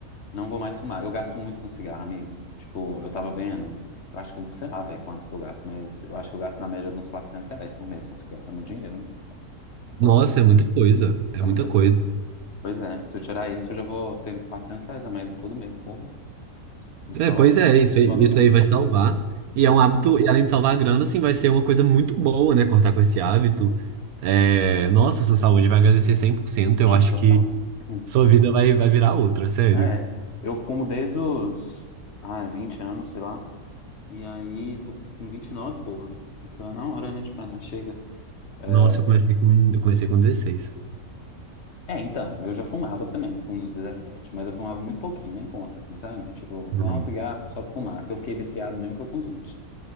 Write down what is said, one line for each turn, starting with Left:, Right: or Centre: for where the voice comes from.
Left: não vou mais fumar. Eu gasto muito com cigarro, amigo. Tipo, eu tava vendo, eu acho que, sei lá, velho, quantos que eu gasto, mas eu acho que eu gasto na média de uns 400 reais por mês com cigarro. É muito dinheiro, né? Porra,
Right: Nossa, é muita coisa. É
Left: é
Right: muita
Left: muita
Right: coisa.
Left: coisa. Pois é, se eu tirar isso, eu já vou ter 400 reais a mais todo mês, porra. Só,
Right: É, pois
Left: só
Right: é, isso, aí-
Left: alegria.
Right: isso aí vai salvar. E é
Left: Hum,
Right: um hábito, e além de salvar a grana, assim, vai ser uma coisa muito boa, né? Cortar com esse hábito. É, nossa, sua saúde vai agradecer cem por cento Eu
Left: Não,
Right: acho
Left: total.
Right: que
Left: Hum,
Right: sua vida vai, vai virar outra, sério.
Left: É. é. Eu fumo desde os, ah, 20 anos, sei lá. E aí, tô com 29, porra. Então, na hora, né, de parar, chega. É,
Right: Nossa, eu comecei com, eu comecei com dezesseis
Left: é, então, eu já fumava também, com uns 17. mas eu fumava muito pouquinho, nem conta, assim, sabe? Tipo,
Right: Uhum.
Left: fumava um cigarro só pra fumar, que eu fiquei viciado mesmo foi com os 20.